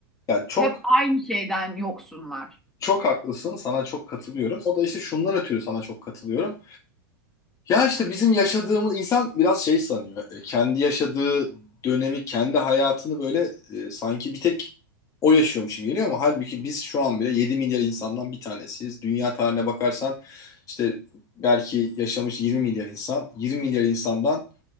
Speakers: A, on the left (about 30°); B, in the centre.
A: yani çok
B: Hep aynı şeyden yoksunlar
A: çok haklısın. Sana çok katılıyorum. O da işte şundan ötürü sana çok katılıyorum. Ya işte bizim yaşadığımız insan biraz şey sanıyor. E, kendi yaşadığı dönemi, kendi hayatını böyle e, sanki bir tek o yaşıyormuş gibi geliyor ama halbuki biz şu an bile 7 milyar insandan bir tanesiyiz. Dünya tarihine bakarsan işte belki yaşamış 20 milyar insan, 20 milyar insandan